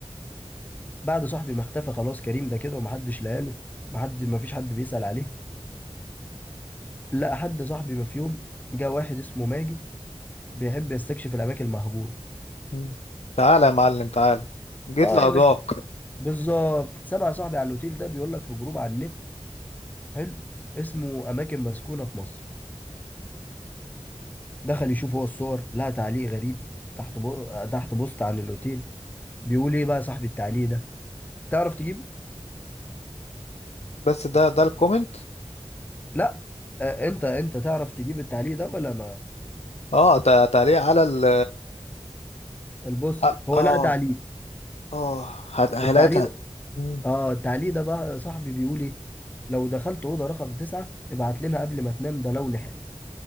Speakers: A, on the left (about 15°); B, on the left (about 80°).
A: بعد صاحبي ما اختفى خلاص كريم ده كده ومحدش لقاله محد مفيش حد بيسأل عليه لقى حد صاحبي ما في يوم جه واحد اسمه ماجد بيحب يستكشف الأماكن المهجورة
B: مم. تعالى يا معلم تعالى جيت
A: آه
B: لأضاك
A: يا باشا بالظبط سمع صاحبي على الأوتيل ده بيقول لك في جروب على النت حلو اسمه أماكن مسكونة في مصر دخل يشوف هو الصور لقى تعليق غريب تحت بو... تحت بوست عن الأوتيل بيقول إيه بقى صاحب التعليق ده تعرف تجيبه؟
B: بس ده ده الكومنت
A: لا آه أنت أنت تعرف تجيب التعليق ده ولا ما
B: اه ت- تعليق على ال
A: البوست
B: اه
A: هو
B: اه
A: لقى تعليق
B: آه. هت- هلاقيتها
A: التعليق ده
B: مم.
A: آه التعليق ده بقى صاحبي بيقول إيه لو دخلت أوضة رقم تسعة ابعت لنا قبل ما تنام ده لو لحق